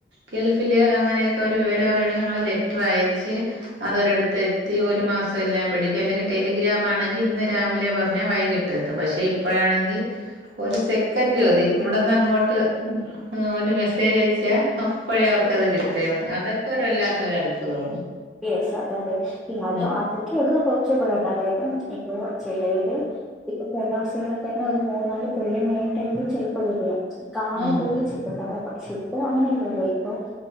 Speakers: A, on the right; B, in the centre.
A: ഗൾഫില് അങ്ങനെയൊക്കെ ഒരു വിവരം അറിയൊണെങ്കി ഞങ്ങൾ ലെറ്റർ അയച്ച്. അതൊരിടുത്ത് എത്തി ഒരു മാസം എല്ലാം പിടിക്കും അല്ലെങ്കി ടെലിഗ്രാം ആണെങ്കിൽ ഇന്ന് രാവിലെ പറഞ്ഞാൽ വൈകിട്ട് ത്തും പക്ഷെ ഇപ്പോഴാണെങ്കി ഒരു സെക്കന്റ് മതി ഇവിടന്ന് അങ്ങോട്ട്. ആ ഒരു മെസ്സേജ് അയച്ചാ അപ്പോഴേ അവർക്കത് കിട്ടാണ് അതൊക്കെ ഒരു വല്ലാത്തൊര് അത്ഭുതമാണ്.
B: യെസ് അതാണ് അത്
A: ആ
B: അതൊക്കെ ഉള്ളു കൊറച്ചു പക്കാരം അതായത് ഇപ്പൊ ചെലേവര് ഇപ്പൊ പ്രവാസികളെ തന്നെ ഒരു മൂന്നാല് കൊല്ലം കഴിഞ്ഞട്ടായിരിക്കും ചെൽപ്പോ വരാ. കാണൻ
A: ആ
B: കൂടുതൽ ചിപ്പുണ്ടാവ പക്ഷെ ഇപ്പോ അങ്ങനെയല്ലല്ലോ ഇപ്പൊ.